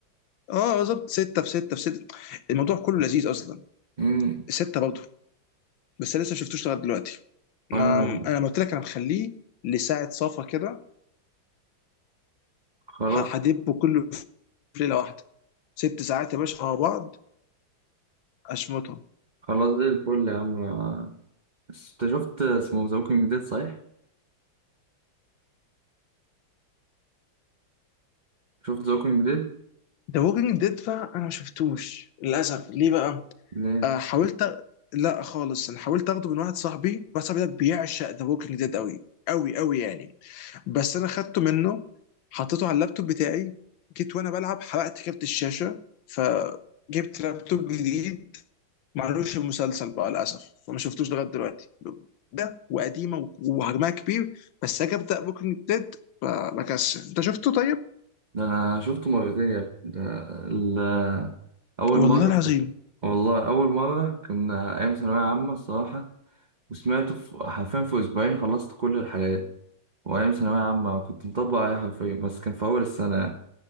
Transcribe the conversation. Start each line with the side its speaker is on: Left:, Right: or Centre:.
Left: اه بالظبط سته في سته في سته الموضوع كله لذيذ اصلا
Right: أمم
Left: سته برضه بس أنا لسه ما شفتوش لغايه دلوقتي ما
Right: أنا
Left: انا لما قلت لك انا مخليه لساعه صفا كده
Right: خلاص
Left: ه- هدبه كله في ليله واحده ست ساعات يا باشا مع بعض اشمطهم
Right: خلاص زي الفل يا عم أنا- أنت شفت اسمه ذا ووكينج ديد صحيح؟ شفت ذا ووكينج ديد؟
Left: ذا ووكينج ديد بقى انا ما شفتوش للاسف ليه بقى
Right: ليه؟
Left: آه حاولت أ- لا خالص انا حاولت اخده من واحد صاحبي واحد صاحبي ده بيعشق ذا ووكينج ديد قوي قوي قوي يعني بس انا خدته منه حطيته على اللابتوب بتاعي جيت وانا بلعب حرقت كارت الشاشه فجبت لابتوب جديد ما عملوش مسلسل بقى للاسف فما شفتوش لغايه دلوقتي ده وقديمه وحجمها كبير بس اجي ابدا ممكن ديد بكسل انت شفته طيب؟
Right: ده أنا شفته مرتين يا ابني ده ال- أول
Left: والله
Right: مرة
Left: العظيم
Right: في... والله أول مرة كنا أيام ثانوية عامة الصراحة وسمعته في حرفيا في أسبوعين خلصت كل الحلقات وأيام ثانوية عامة كنت مطبق عليها حرفيا بس كان في أول السنة